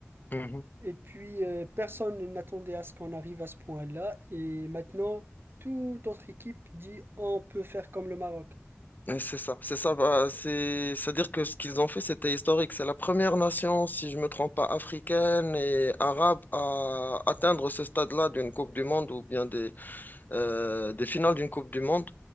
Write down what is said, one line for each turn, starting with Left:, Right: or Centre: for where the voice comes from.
Left: Mhm.
Right: Et puis, euh, personne n'attendait à ce qu'on arrive à ce point-là. Et maintenant, toute autre équipe dit on peut faire comme le Maroc.
Left: Et C'est ça, c'est ça. bah, c'est, c'est-à-dire que ce qu'ils ont fait, c'était historique. C'est la première nation, si je me trompe pas, africaine et arabe à atteindre ce stade-là d'une Coupe du Monde ou bien des, euh, des finales d'une Coupe du Monde.